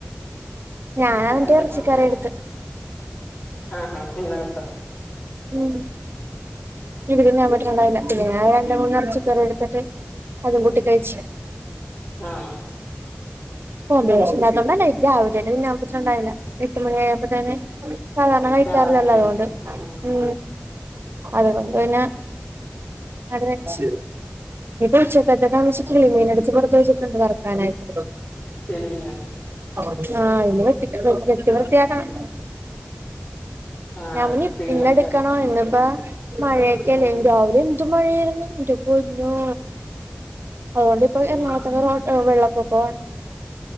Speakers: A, on the right; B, on the left.
A: ഞാന അവന്റെ
B: വേണ്ടെന്നാ
A: ഇറച്ചിക്കറി എടുത്തു
B: ആഹ് ഹഹ ഇന്നലത്ത
A: ഉം ഇീവിട ഞാൻ പറ്റുണ്ടാവില്ല പിന്നെ ഞൻ രണ്ട മൂന്ന ഇറച്ചി കറി എടുത്തിട്ട് അതും
B: ഉ
A: കൂട്ടി കഴിച്ച്
B: ആഹ
A: കോ വിശപ്പില്ലാത്തോണ്ടെന്നേ ഇ ആവട്ട ഞാൻവെച്ച് ഉണ്ടായില്ല എട്ട് മണി ആയപ്പോ തന്നെ സാധാരണ കഴിക്കാറില്ലല്ലോ
B: രാവിലെ
A: അതുകൊണ്ട്
B: ഉണ്ട് ഉം
A: മ് അതുകൊണ്ട് പിന്നെ
B: <inaudible>
A: കറിവെച്ച് ഉച്ചക്കത്തെ താമിച്ചിട്ടളിമീന എടുത്ത് പുറത്ത വെച്ചിട്ടുണ്ട് വറക്കാനായിട്ട്
B: കരിമീനോ
A: ആഹ് ഒന്ന് വെട്ടി വെട്ടി വൃത്തിയാക്കണം
B: ആഹ്
A: ഞമ്മന്
B: ഐസ്ക്രീമാക്കത്
A: പിന്നെടുക്കണോ ഇന്നിപ്പ മഴയൊക്കെല്ലേ
B: ഉം
A: രാവിലെ എന്ന്ത് മഴായിരുന്നു പൊന്നോ അതുകൊണ്ടിപ്പൊ
B: ഉം
A: എറണാകുത്തക റോട്ട വെള്ളപ്പൊക്ക